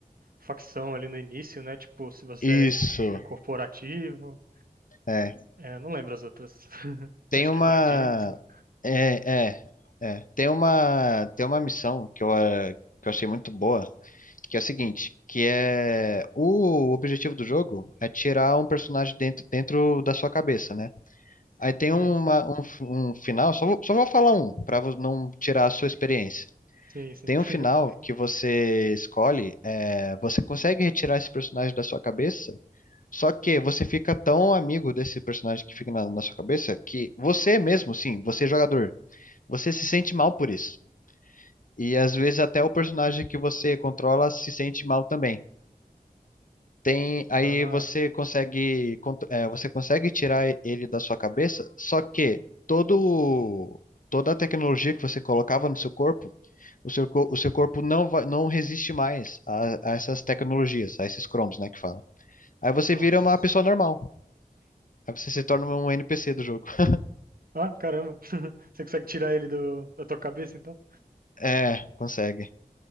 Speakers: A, on the right (about 70°); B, on the left (about 60°).
A: facção ali no início, né? Tipo, se você
B: Isso.
A: é, é corporativo,
B: É.
A: é, eu não lembro as outras. <laughs>
B: Tem
A: Acho
B: uma.
A: que é bandido, sei lá.
B: É, é, é. Tem uma, tem uma missão que eu, eh, que eu achei muito boa, que é o seguinte, que é o objetivo do jogo é tirar um personagem dentro, dentro da sua cabeça, né? Aí tem
A: Hum,
B: uma, um, f- um final, só vou, só vou falar um, pra vo- não tirar a sua experiência.
A: sim, sim.
B: Tem
A: <laughs>
B: um final que você escolhe, é, você consegue retirar esse personagem da sua cabeça, só que você fica tão amigo desse personagem que fica na, na sua cabeça que você mesmo, sim, você é jogador, você se sente mal por isso. E às vezes até o personagem que você controla se sente mal também. Tem, aí
A: Ah,
B: você consegue, cont- é, você consegue tirar ele da sua cabeça, só que todo, toda a tecnologia que você colocava no seu corpo o seu, co- o seu corpo não vai, não resiste mais a, a essas tecnologias, a esses cromos, né, que fala. Aí você
A: promos.
B: vira uma pessoa normal. Aí você se torna um NPC do jogo. <laughs>
A: Ah, caramba. <laughs> Você consegue tirar ele do, da tua cabeça, então?
B: É, consegue.